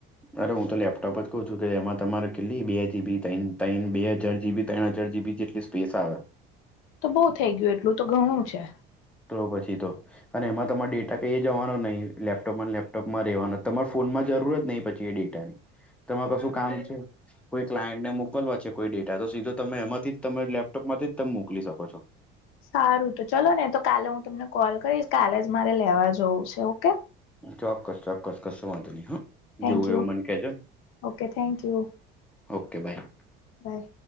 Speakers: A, in the centre; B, on the left (about 80°).
A: અરે હું તો લેપટોપ જ કઉ છું કે એમાં તમારે કેટલી, બે જીબી, તય્ણ, તય્ણ, બે હજાર જીબી, તય્ણ હજાર જીબી જેટ ઇસ્પેસ આવે
B: તો બઉ થઈ ગયું, એટલું તો ઘણું છે.
A: તો પછી તો અને એમાં તમાર ડેટા કઈ જવાનો નહી, લેપટોપમાંન લેપટોપમાં રહેવાનો, તમાર ફોનમાં જરૂરત નહીં પછી એ ડેટાની, તમાર કશું કામ છે? કોઈ ક્લાયન્ટને મોકલવા છે કોઈ ડેટા તો સીધો તમે એમાંથી જ તમે લેપટોપમાંથી જ તમ મોકલી શકો છો.
B: સારું તો ચાલો ને, તો કાલે હું તમને કોલ કરીશ કાલે જ મારે લેવા જવું છે ઓકે!
A: ચોક્કસ, ચોક્કસ, કસો વાંધો નહીં હા.
B: થેન્ક
A: જેવું હોય
B: યુ
A: એવું મન કે જો ન,
B: ઓકે થેન્ક યુ
A: હ, ઓકે બાય.
B: બાય.